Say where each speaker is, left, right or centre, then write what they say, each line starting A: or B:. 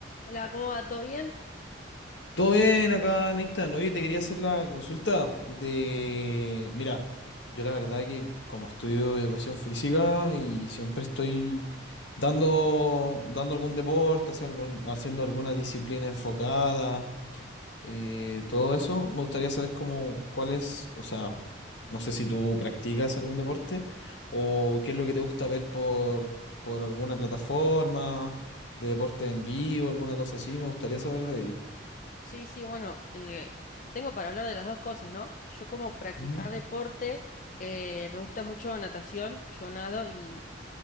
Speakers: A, on the left; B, on the left.
A: Hola, ¿cómo va? ¿Todo bien?
B: Todo bien acá, Nathan. Oye, te quería hacer la consulta de... Mira, yo la verdad que como estudio educación física y siempre estoy dando, dando algún deporte, haciendo, algún- haciendo alguna disciplina enfocada, eh, todo eso, me gustaría saber cómo, cuál es, o sea, no sé si tú practicas algún deporte o qué es lo que te gusta ver por, por alguna plataforma de deporte en vivo, alguna cosa así, me gustaría saber de
A: Sí, sí, bueno, eh, tengo para hablar de las dos cosas, ¿no? Yo como practicar
B: ello.
A: deporte, eh, me gusta mucho natación, yo nado y